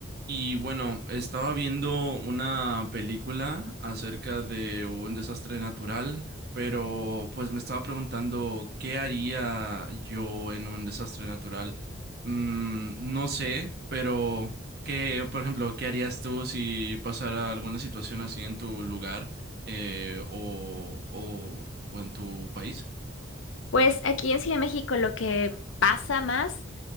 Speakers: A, on the right; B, on the left.
A: Y bueno, estaba viendo una película acerca de un desastre natural, pero pues me estaba preguntando qué haría yo en un desastre natural. Mm, no sé, pero qué, por ejemplo, ¿qué harías tú si pasara alguna situación así en tu lugar eh, o, o o en tu país?
B: Pues aquí en Ciudad de México lo que pasa más